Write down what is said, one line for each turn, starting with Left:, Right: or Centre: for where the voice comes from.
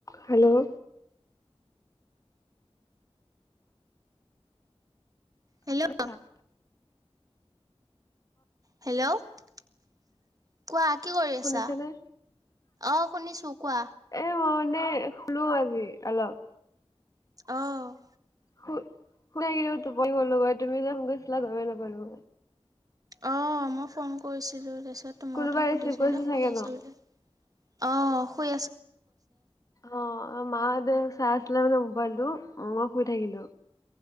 Left: Hello
Right: hello
Left: থা <inaudible>
Right: hello কোৱা, কি কৰি
Left: শুনিছানে?
Right: আছা? অ', শুনিছো কোৱা৷
Left: এ মই মানে শুলো, আজি অলপ৷
Right: অ',
Left: কু নাই গিল তো পই বলো গ তুমি তছ ল গ পাল <unintelligible>
Right: অ, মই ফোন কৰিছিলোঁ, তাৰপিছত তোমাৰ
Left: কোনোবাই
Right: কথা সুধিছোঁ
Left: ৰিচিভ কৰিছিল
Right: যে শুই
Left: চাগে
Right: আছে
Left: ন?
Right: বোলে অ' শুই
Left: অ', মাহঁতে চাহ মানে মোবাইলটো মই শুই থাকিলো,